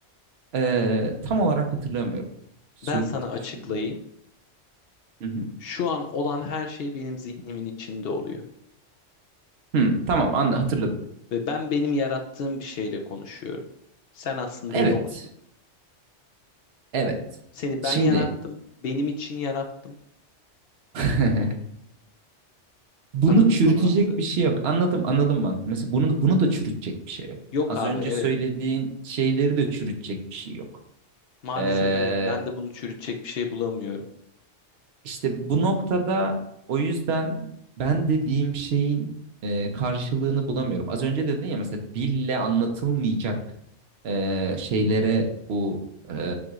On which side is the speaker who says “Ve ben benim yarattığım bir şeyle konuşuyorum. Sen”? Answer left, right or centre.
Left